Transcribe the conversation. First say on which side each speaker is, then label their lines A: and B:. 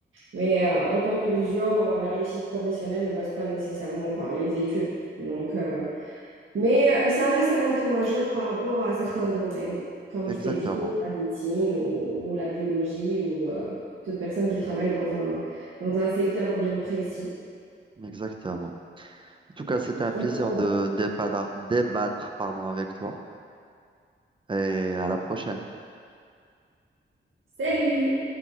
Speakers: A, on the right; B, on the right.
A: Mais euh, en conclusion, la réussite professionnelle ne passe pas nécessairement par les études. Donc, euh, mais euh, ça reste un atout majeur par rapport à certains domaines, comme
B: exactement,
A: je t'ai dit, la médecine ou, ou la biologie ou euh, toute personne qui travaille dans un, dans un secteur bien précis.
B: exactement. En tout cas, c'était un plaisir
A: De toute façon,
B: de dépada- débattre, pardon, avec toi et à la prochaine.
A: salut!